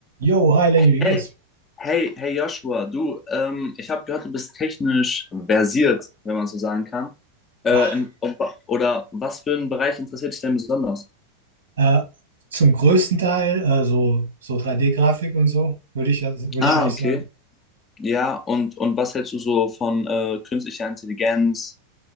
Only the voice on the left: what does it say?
Hey,
hey, hey Joshua, du, ähm, ich habe gehört, du bist technisch versiert, wenn man so sagen kann. Äh,
in, ob, oder was für einen Bereich interessiert dich denn besonders?
Ah,
okay.
Ja, und, und was hältst du so von äh, künstlicher Intelligenz,